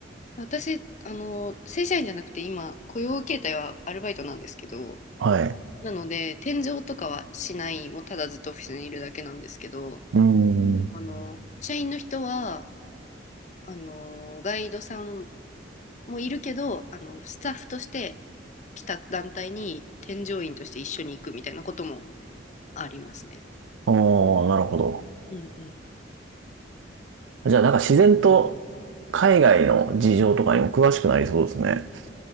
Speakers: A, on the left (about 40°); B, on the right (about 80°).
A: 私、あの、正社員じゃなくて今、雇用形態はアルバイトなんですけど、
B: はい。
A: なので、転井とかはしない、もうただずっとオフィスにいるだけなんですけど、
B: うーん
A: あの、社員の人は、あの、ガイドさんもいるけど、あの、スタッフとして来た団体に添乗員として一緒に行くみたいなこともありますね。
B: おー、なるほど。
A: うんうん。
B: じゃあなんか自然と海外の事情とかにも詳しくなりそうですね。